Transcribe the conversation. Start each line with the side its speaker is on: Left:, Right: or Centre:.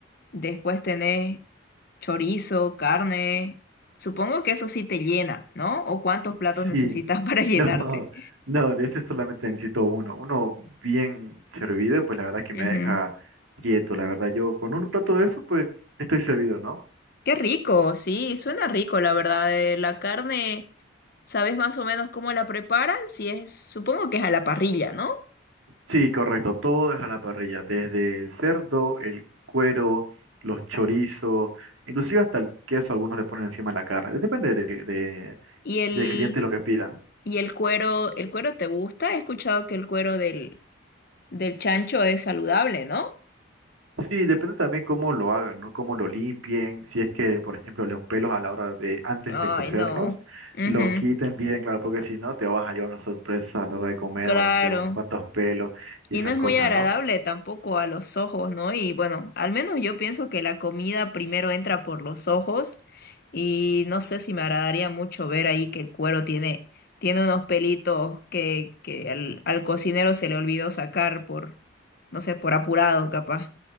Left: después tenés chorizo, carne. Supongo que eso sí te llena, ¿no? ¿O cuántos
Right: Sí. <laughs>
Left: platos necesitas <laughs> para llenarte?
Right: No, no, de ese solamente necesito uno. Uno bien servido, pues la verdad es que
Left: Ujú.
Right: me deja quieto, la verdad. Yo con un plato de eso, pues estoy servido, ¿no?
Left: Qué rico, sí, suena rico, la verdad. eh, La carne, ¿sabes más o menos cómo la preparan? Si es, supongo que es a la parrilla, ¿no?
Right: Sí, correcto, todo es a la parrilla, desde el cerdo, el cuero, los chorizos, inclusive hasta el queso, algunos le ponen encima de la carne. Depende de, de-
Left: Y el,
Right: del cliente lo que pida.
Left: y el cuero, ¿el cuero te gusta? He escuchado que el cuero del, del chancho es saludable, ¿no?
Right: Sí, depende también cómo lo hagan, ¿no? Cómo lo limpien, si es que, por ejemplo, los pelos a la hora de, antes
Left: Ay,
Right: de cocerlos,
Left: no. Ujú,
Right: los quiten bien, claro, porque si no, te vas a llevar una sorpresa a la hora de comer,
Left: Claro.
Right: van a tener unos cuantos pelos y
Left: Y
Right: esas
Left: no es
Right: cosas,
Left: muy agradable
Right: ¿no?
Left: tampoco a los ojos, ¿no? Y bueno, al menos yo pienso que la comida primero entra por los ojos y no sé si me agradaría mucho ver ahí que el cuero tiene, tiene unos pelitos que, que al, al cocinero se le olvidó sacar por, no sé, por apurado capaz.